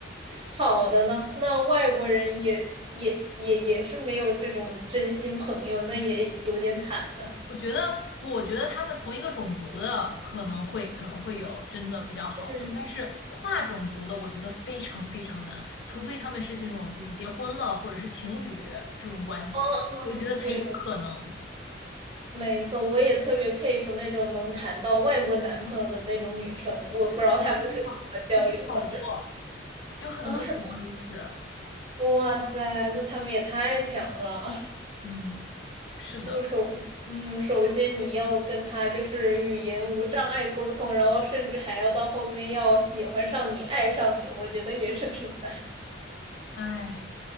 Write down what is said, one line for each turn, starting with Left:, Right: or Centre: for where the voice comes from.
Right: 好的呢，那外国人也也也也是没有这种真心朋友，那也有点惨呢。
Left: 我觉得不，我觉得他们同一个种族的可能会可能会有真的比较好的，
Right: 嗯，
Left: 但是跨种族的，我觉得非常非常难，除非他们是那种就是结婚了或者是情侣这种关系，
Right: 哦哦，
Left: 我觉得才有可能。
Right: 对。没错，我也特别佩服那种能谈到外国男朋友的那种女生，我不知道她们是怎么交流的
Left: 我觉得好多啊，我觉得好多，有很多女生都是，
Right: 啊？什么？哇塞，那她们也太强了！<laughs>
Left: 嗯，是的，
Right: 就是，嗯，首先你要跟他就是语言无障碍沟通，然后甚至还要到后面要喜欢上你、爱上你，我觉得也是挺难。
Left: 哎，